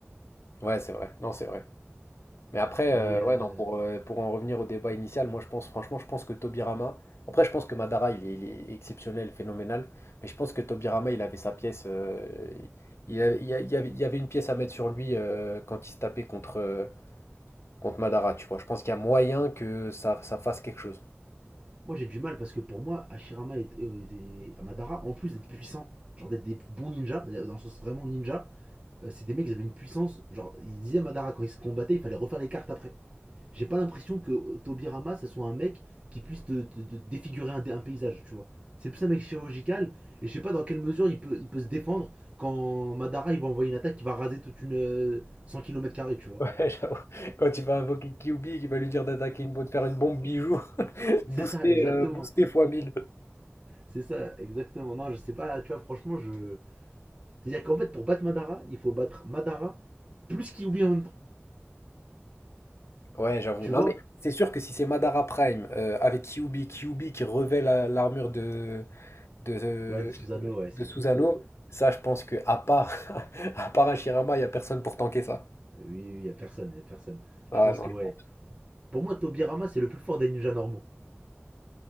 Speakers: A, on the left (about 75°); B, on the right (about 25°).
A: Ouais, c'est vrai. Non, c'est vrai. Mais après,
B: Mais
A: euh,
B: euh,
A: ouais, non, pour, euh, pour en revenir au débat initial, moi, je pense, franchement, je pense que Tobirama. Après, je pense que Madara, il est, il est exceptionnel, phénoménal. Mais je pense que Tobirama, il avait sa pièce. euh, il, a- il y a- il y avait, il y avait une pièce à mettre sur lui euh, quand il se tapait contre, euh, contre Madara, tu vois. Je pense qu'il y a moyen que ça, ça fasse quelque chose.
B: moi, j'ai du mal parce que pour moi, Hashirama et, et- et Amadara, en plus d'être puissants, genre d'être des bons ninjas, euh, dans le sens vraiment ninja, euh, c'est des mecs qui avaient une puissance. Genre, ils disaient à Amadara, quand ils se combattaient, il fallait refaire les cartes après. J'ai pas l'impression que Tobirama, ça soit un mec qui puisse te, te- te défigurer un, un paysage, tu vois. C'est plus un mec chirurgical, et je sais pas dans quelle mesure il peut, il peut se défendre quand Madara il va envoyer une attaque qui va raser toute une euh, 100 km, tu vois.
A: Ouais, <laughs> j'avoue. Quand il va invoquer Kyuubi, qu'il va lui dire d'attaquer une bombe, de faire une bombe bijou, <laughs> booster,
B: C'est ça, exactement.
A: euh, booster fois mille.
B: C'est ça, exactement. Non, je sais pas, tu vois, franchement, je. C'est-à-dire qu'en fait, pour battre Madara, il faut battre Madara plus Kyuubi en même temps,
A: Ouais, j'avoue.
B: tu
A: Non,
B: vois.
A: mais c'est sûr que si c'est Madara Prime euh, avec Kyuubi, Kyuubi qui revêt la- l'armure de, de, de,
B: Ouais, de Susanoo, ouais, c'est
A: de
B: finito.
A: Susanoo, ça, je pense que à part, <laughs> à part Hashirama, il n'y a personne pour tanker ça.
B: Oui, oui, y a personne, y a personne.
A: Ah
B: Je pense
A: non.
B: que
A: je
B: ouais.
A: pense-
B: Pour moi, Tobirama, c'est le plus fort des ninjas normaux.